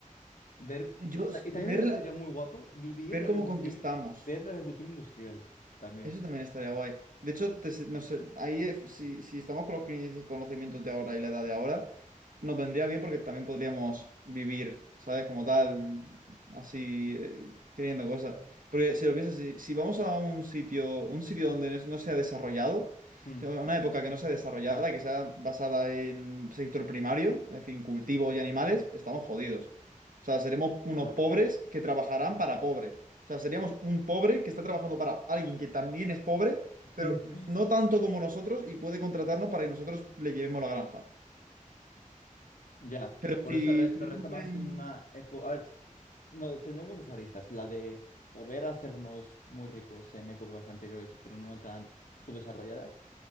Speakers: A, on the left; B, on the right.
A: Ver... o
B: Yo,
A: sea,
B: s-
A: y también
B: ver,
A: lo que
B: la-
A: estaría muy guapo, vivir
B: ver
A: la
B: cómo
A: revolución,
B: conquistamos.
A: i- ver la revolución industrial también.
B: Eso también estaría guay. De hecho, te se- no sé, ahí eh, si, si estamos con los cri- conocimientos de ahora y la edad de ahora, nos vendría bien porque también podríamos vivir, ¿sabes? Como tal, así, eh, teniendo cosas. Porque si lo piensas, si, si vamos a un sitio, un sitio donde no se ha desarrollado,
A: Mm,
B: si a una época que no sea desarrollada, que sea basada en sector primario, es decir, cultivo y animales, estamos jodidos. O sea, seremos unos
A: claro.
B: pobres que trabajarán para pobres. O sea, seríamos un pobre que está trabajando para alguien que también es pobre,
A: <laughs>
B: pero no tanto como nosotros y puede contratarnos para que nosotros le llevemos la granja.
A: Ya,
B: Pero
A: por
B: si
A: eso re-
B: estuviésemos
A: nos renta más
B: en...
A: en una época... A ver, no, tendremos dos aristas, la de poder hacernos muy ricos en épocas anteriores, pero no tan subdesarrolladas.